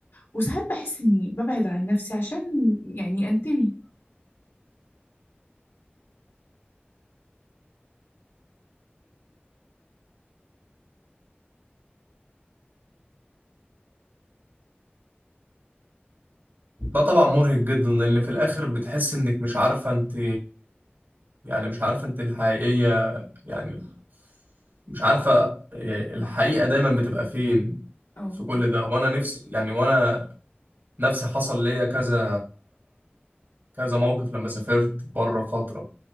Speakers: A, on the left; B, on the right.
A: وساعات بحس إني ببعد عن نفسي عشان يعني أنتمي
B: ده طبعا مرهق جدا لان في الاخر بتحس انك مش عارفه انت يعني مش عارفه انت الحقيقيه يعني مش عارفه الحقيقه دايما بتبقى فين
A: أو
B: في كل
A: أو
B: ده وانا نفسي يعني وانا نفسي حصل ليا كذا كذا موقف لما سافرت بره فتره